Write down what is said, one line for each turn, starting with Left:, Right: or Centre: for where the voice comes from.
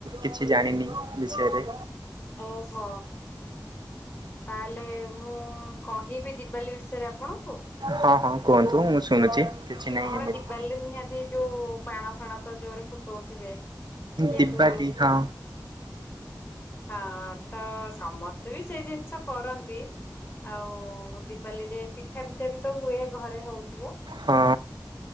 Right: କିଛି ଜାଣିନି ବିଷୟରେ।
Left: ଓହୋ। ତାହେଲେ ମୁଁ କହିବି ଦିିବାଲି ବିଷୟରେ ଆପଣଙ୍କୁ?
Right: ହଁ ହଁ କୁହନ୍ତୁ ମୁଁ ଶୁଣୁଛି। କିଛି ନାହିଁ
Left: ଆପଣ
Right: ଏମିତି
Left: ଦିବାଲ ନିହାତି ଯୋଉଁ ବାଣ ଫାଣ ତ ଜୋରେ ଫୁଟଉଥିବେ? ଯେହେତୁ
Right: ଦିିବାଲି
Left: ଉଁ
Right: ହଁ
Left: ହଁ ତ ସମସ୍ତ ସେଇ ଜିନିଷ କରନ୍ତି ଆଉ ଦିପଲିୀରେ ପିଠା ପିଠା ବି ତ ହୁଏ ଘରେ ହଉଥିବ
Right: ହଁ